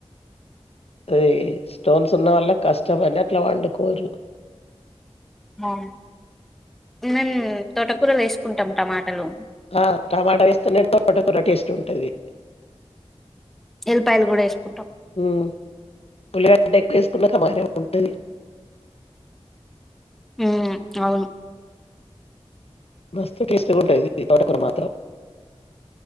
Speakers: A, on the left; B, in the centre.
A: అదీ స్టోన్స్ ఉన్న వాల్ల కష్టపని అట్ల వండుకోరు
B: మ్ మేమ్ తోటకూర వేసుకుంటాం టమాటాలో
A: ఆ టమాట వేస్తనే తోట కూర టేస్ట్ ఉంటుంది
B: ఎల్లిపాయలు కూడా వేసుకుంటాం
A: ఉమ్ పులి అంటే ఎక్కువ ఇస్ పున్నక మాారె ఉంటది
B: ఉమ్ అవును
A: మస్తు టేస్ట్ గా ఉంటది ఇ తోట కూరా మాత్రం